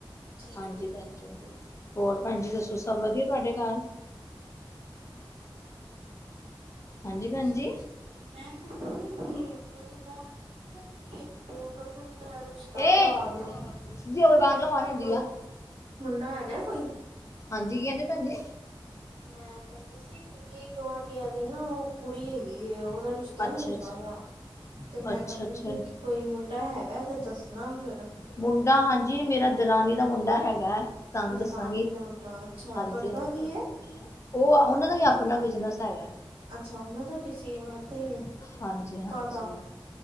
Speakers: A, on the right; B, on the left.
A: ਠੀਕ
B: ਹਾਂਜੀ
A: ਹੈ ਠੀਕ
B: ਹਾਂਜੀ
A: ਹੈ
B: ਹੋਰ ਭੈਣਜੀ ਦੱਸੋ ਸਭ ਵਧੀਆ ਤੁਹਾਡੇ ਘਰ
A: ਹਾਂਜੀ ਵਧੀ
B: ਹਾਂਜੀ
A: ਹੋਰ
B: ਭੈਣ
A: ਤੁਸੀਂ
B: ਜੀ
A: ਦੱਸੋ ਮੈਂ ਕਹਿੰਦੀ ਸੀ ਕਿ ਮੇਰੇ ਦੋ ਆਨ ਨਾ ਕ ਤੇ ਉਹ ਕਹਿੰਦੇ ਮ ਰਿਸ਼ਤਾ
B: ਇਹ
A: ਕਰ ਦਿਓ
B: ਹੁੰਦੀ
A: ਕੋਈ
B: ਆ
A: ਮੁੰਡਾ ਹੈਗਾ ਕੋਈ
B: ਹਾਂਜੀ ਕੀ ਕਹਿੰਦੇ ਭੈ ਜੀ
A: ਮੈਂ ਕਹਿੰਦੀ ਸੀ ਕੀ ਗੁਵਢੀਆਂ ਦੀ ਨਾ ਉਹ ਕੁੜੀ ਹੈਗੀ ਉਹਦਾ ਰਿਸ਼ਤਾ
B: ਅੱਛਾ
A: ਨੀ ਹੁੰਦਾ
B: ਅੱਛਾ
A: ਹੋਆ। ਤੇ ਮੈਂ
B: ਅੱਛਾ
A: ਕਹਿੰਦੀ
B: ਅੱਛਾ
A: ਸੀ ਕਿ ਕੋਈ ਮੁੰਡਾ ਹੈਗਾ ਤੇ ਦੱਸਣਾ ਫੇਰ।
B: ਮੁੰਡਾ ਹਾਂਜੀ, ਮੇਰਾ ਦਰਾਨੀ ਦਾ ਮੁੰਡਾ ਹੈਗਾ। ਤੁਹਾਨੂੰ
A: ਦਰਾਣੀ
B: ਦੱਸਾਂਗੀ,
A: ਦਾ ਮੁੰਡਾ ਅੱਛਾ
B: ਹਾਂਜੀ-ਹਾਂਜੀ।
A: ਕਰਦਾ ਕੀ ਏ?
B: ਉਹ ਉਹਨਾਂ ਦਾ ਵੀ ਆਪਣਾ ਬਿਜਨਸ ਹੈਗਾ।
A: ਅੱਛਾ ਉਹਨਾਂ ਦਾ ਵੀ ਸੀੇਮ ਤਾਂ ਹੀ ਐ,
B: ਹਾਂਜੀ ਹਾਂਜੀ
A: ਕਾਦਾ